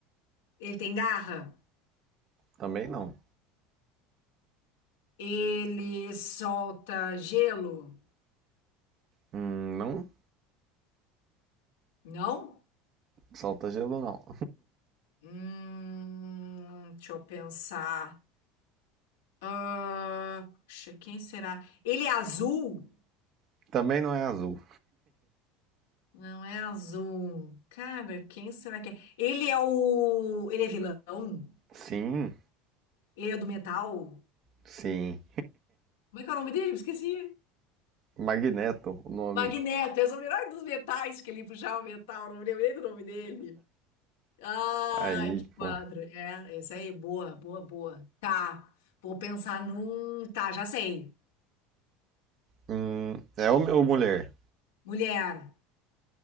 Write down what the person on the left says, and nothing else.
Ele tem garra?
Ele solta gelo?
Não?
Hum, deixa eu pensar. Ah, puxa, quem será? Ele é azul?
Não é azul. Cara, quem será que é? Ele é o. Ele é vilão?
Ele é do metal?
Como é que é o nome dele? Me Esqueci.
Magneto, essa é o melhor dos metais que ele puxava metal, não me lembrei do nome dele. Ai,
que quadro.
É, essa aí, boa, boa, boa. Tá, vou pensar num. Tá, já sei.
Mulher,